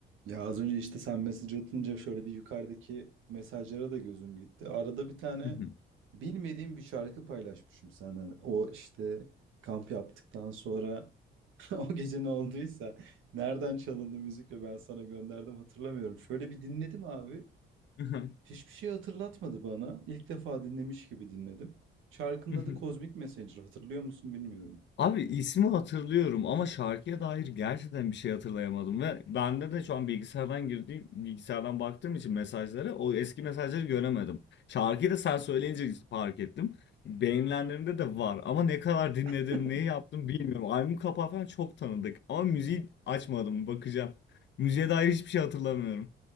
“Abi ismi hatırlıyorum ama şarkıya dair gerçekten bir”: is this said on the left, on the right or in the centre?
Left